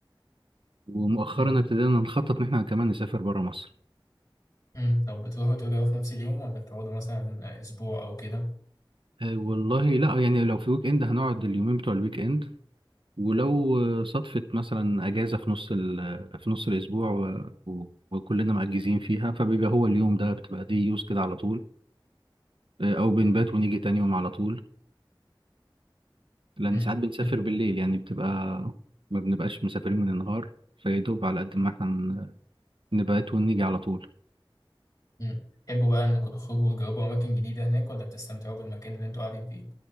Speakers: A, on the right (about 75°); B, on the left (about 45°).
A: ومؤخرا
B: مم.
A: ابتدينا نخطط ان احنا كمان نسافر برا مصر
B: مم. طب بتروحوا ترجعوا في نفس اليوم ولا بتقعدوا مثلا اسبوع او كده؟
A: آه، والله لا يعني لو في ويك اند هنقعد اليومين بتوع الويك اند ولو آه، صدفت مثلا اجازة في نص ال- آه، في نص الاسبوع و- و- وكلنا مأجزين فيها فبيبقى هو اليوم ده بتبقى دي يوز كده على طول آه، او بنبات ونيجي تاني يوم على طول لان
B: مم.
A: ساعات بنسافر
B: مم.
A: بالليل يعني بتبقى ما بنبقاش مسافرين من النهار فيدوب على قد ما احنا نبات ونيجي على طول
B: مم. تحبوا بقى انكم تخرجوا وتجربوا اماكن جديدة هناك ولا بتستمتعوا بالمكان اللي انتوا قاعدين فيه؟